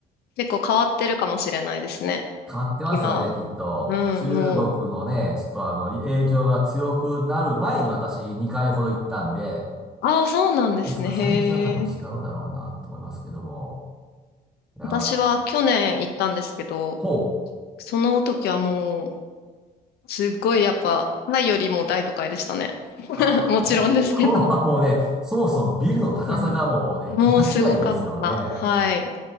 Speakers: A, on the left; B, in the centre.
A: 結構変わってるかもしれないですね。
B: 変わってますよね、
A: 今は。
B: きっと。
A: うん、
B: 中国のね、
A: もう。
B: ちょっとあの、影響が強くなる前に私2回ほど行ったんで、
A: ああ、そうなんですね。
B: ですから最近は多分違うだろうなと思いますけども。
A: へえ。
B: いやー、
A: 私は去年行ったんですけど、
B: ほう。
A: その時はもう、すっごいやっぱ、タイよりも大都会でしたね。<laughs>
B: あー、まあ、
A: もちろんですけど。
B: 香港はもうね、そもそもビルの高さがもうね、
A: うんもうすごかった。
B: 桁違いですよね。
A: はい。